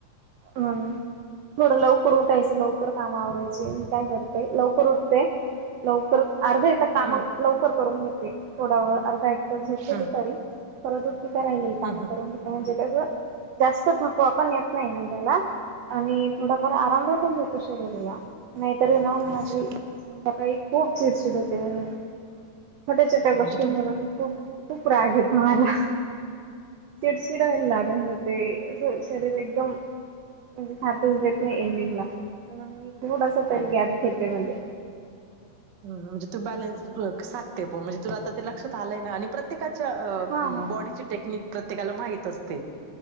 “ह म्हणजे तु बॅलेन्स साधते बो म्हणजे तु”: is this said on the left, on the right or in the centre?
Right